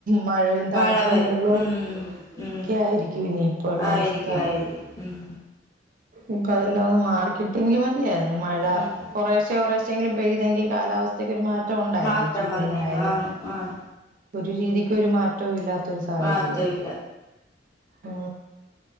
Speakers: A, on the right (about 50°); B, on the left (about 15°).
A: മഴയും തണുപ്പും
B: മഴ വരും
A: വെള്ളവും
B: ഉം ഉം
A: ഒക്കെ ആയിരിക്കും ഇനിയിപ്പോള്ള
B: ആയിരിക്കും
A: അവസ്ഥ
B: ആയിരിക്കും ഉം
A: ഇപ്പൊ അതെല്ലാം ഒന്ന് മാറിക്കിട്ടെങ്കി മതിയായിരുന്നു മഴ
B: ഉം
A: കൊറേശെ കൊറേ ശെങ്കിലും പെയ്തെങ്കി കാലാവസ്ഥക്ക് ഒരു മാറ്റം ഉണ്ടായേനെ
B: മാറ്റം
A: ഈ ചൂടിനായാലും
B: വന്നേന് ആണ് ആണ്
A: ഒരു രീതിക്ക് ഒരു മാറ്റവും ഇല്ലാത്തൊരു സാഹചര്യം
B: മാറ്റമില്ല
A: ഉ